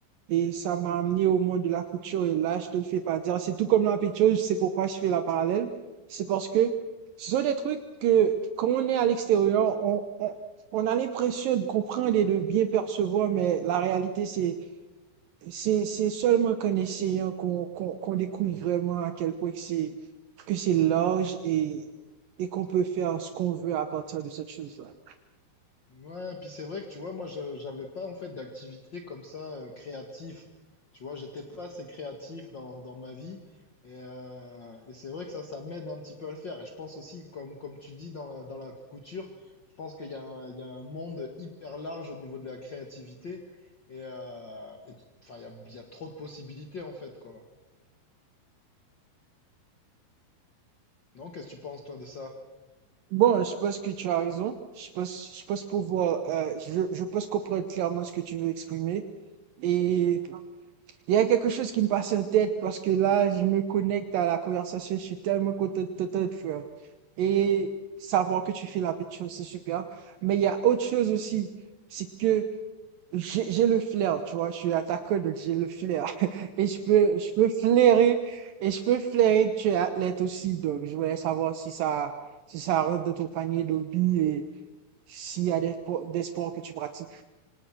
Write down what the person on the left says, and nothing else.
Ouais, puis c'est vrai que tu vois, moi, je j'avais pas en fait d'activité comme ça euh, créatif. Tu vois, j'étais pas assez créatif dans, dans ma vie. Et, euh, et c'est vrai que ça, ça m'aide un petit peu à le faire. Et je pense aussi, comme, comme tu le dis dans la, dans la couture, je pense qu'il y a un, il y a un monde hyper large au niveau de la créativité. Et, euh, et tu- enfin, il y a, il y a trop de possibilités en fait, quoi. Non, qu'est-ce que tu penses, toi, de ça?